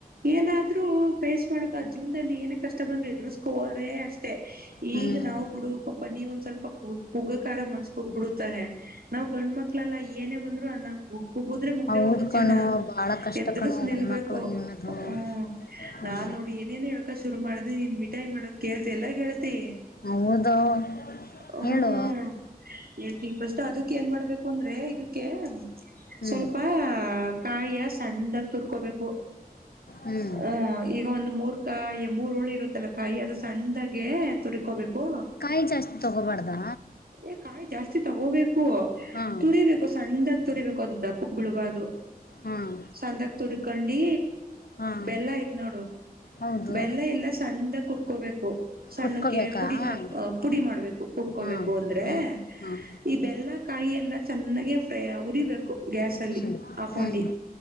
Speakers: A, on the right; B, on the left.
A: ಏನೇ ಆದ್ರೂ ಫೇಸ್ ಮಾಡಕ ಜೀವನ್ದಲ್ ಏನೇ ಕಷ್ಟ ಬಂದ್ರು ಎದ್ರ್ಸ್ ಕೋ ಹೋದ್ರೆ ಅಷ್ ತ್ತೆ
B: ಹ್ಞೂ
A: ಈಗ್ ನಾವು ಬುಡು ಪಾಪ ನೀವ್ ಒಂದ್ ಸ್ವಲ್ಪ ಕು ಕುಗ್ಗಕಾರ ಮನ್ಸ್ ಕೋಗ್ಬುಡ್ತಾನೆ. ನಾವ್ ಗಂಡ್ ಮಕ್ಳೆಲ್ಲ ಏನೇ ಬಂದ್ರು ಅನ್ನಕ್ ಓ ಕುಗ್ಗದ್ರೆ ಮುಗ್ದೆ
B: ಹೌದು
A: ಹೋಗುತ್ ಜೀವ್ನ,
B: ಕಣೋ ಭಾಳ ಕಷ್ಟ
A: ಎದ್ರುಸ್
B: ಕಣೋ
A: ನಿಲ್ಬೇಕು,
B: ಹೆಣ್ಮಕ್ಳಿಗೆ ನಿಮ್ಮದು
A: ಹ್ಮೂ,
B: ಹ್ಞೂ
A: ನಾನ್ ನೋಡು ಏನೇನೊ ಹೇಳ್ಕ ಶುರು ಮಾಡ್ದೆ ನೀನ್ ಮಿಠಾಯ್ ಮಾಡದ್ ಕೇಳ್ದೆ ಅಲ್ಲ ಗೆಳತಿ,
B: ಹೌದು
A: ಹ್ಮೂ.
B: ಹೇಳು
A: ಹೇಳ್ತೀಗ್ ಫಷ್ಟ್ ತದಕ್ ಏನ್ ಮಾಡ್ಬೇಕು ಅಂದ್ರೇ ಇದಕ್ಕೇ
B: ಹ್ಞೂ
A: ಸ್ವಲ್ಪಾ ಕಾಯಿಯ ಸಣ್ದಾಗ್ ತುರ್ಕೋಬೇಕ್
B: ಹ್ಞೂ
A: <unintelligible> ಹೂಂ ಈಗ ಒಂದ್ ಮೂರ್ ಕಾಯ ಮೂರುಳಿ ಇರುತ್ತಲ್ಲ ಕಾಯಿ ಅದು ಸಣ್ದಾಗೆ ತುರಿಕೋಬೇಕು,
B: ಕಾಯಿ ಜಾಸ್ತಿ ತಗೋಬಾರ್ದಾ
A: ಏ ಕಾಯ್ ಜಾಸ್ತಿ ತಗೋಬೇಕ್ ಹೂ
B: ಹಾಂ
A: ತುರೀಬೇಕು ಸಣ್ದಾಗ್ ತುರಿಬೇಕು ಅದು ದಪ್ಪಕ್ ಬೀಳ್ಬಾರ್ದು
B: ಹಾಂ
A: ಸಣ್ದಾಗ್ ತುರಿ ಕಂಡೀ
B: ಹಾಂ
A: ಬೆಲ್ಲ ಅಯ್ತ್ ನೋಡು
B: ಹೌದು
A: ಬೆಲ್ಲ ಎಲ್ಲ ಸಣ್ದಾಗ್ <unintelligible> ಒ ಸಣ್ಣಕ್ಕೆ
B: ಕುಟ್ಕೋಬೇಕಾ
A: ಪುಡಿ
B: ಹಾಂ
A: ಮಾಡ್ ಅ ಪುಡಿ ಮಾಡ್ಬೇಕು ಕುಟ್ಕೋಬೇಕು
B: ಹಾಂ
A: ಅಂದ್ರೆ
B: ಹಾಂ ಹಾಂ
A: ಇದ್ ಕಾಯೆಲ್ಲ ಚೆನ್ನಾಗೆ ಫ್ರೈ ಅ ಉರಿಬೇಕು. ಗ್ಯಾಸಲ್ಲಿ
B: ಹ್ಞೂ
A: ಹಾಕೊಂಡಿ
B: ಹ್ಞೂ